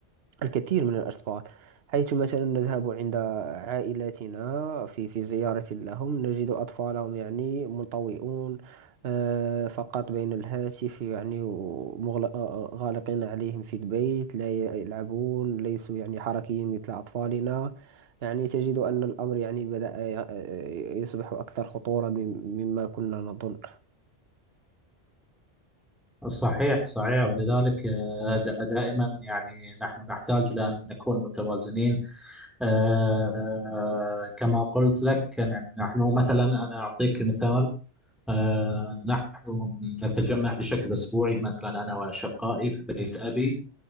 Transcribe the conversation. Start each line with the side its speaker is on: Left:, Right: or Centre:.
Right: الكثير من الأطفال حيث مثلا نذهب عند عائلاتنا في في زيارة لهم نجد أطفالهم يعني منطوئون آه، فقط بين الهاتف يعني ومغل- آه، آه، غالقين عليهم في البيت لا ي- يلعبون ليسوا يعني حركيين مثل أطفالنا يعني تجد أن الأمر يعني بدأ ي- آه، يصبح أكثر خطورة مم- مما كنا نظن
Centre: صحيح صحيح ولذلك آه، دا- دائما يعني نحن نحتاج لأن نكون متوازنين آه، كما قلت لك يعني نحن مثلا أنا أعطيك مثال آه، نحن نتجمع بشكل أسبوعي مثلا أنا وأشقائي في بيت أبي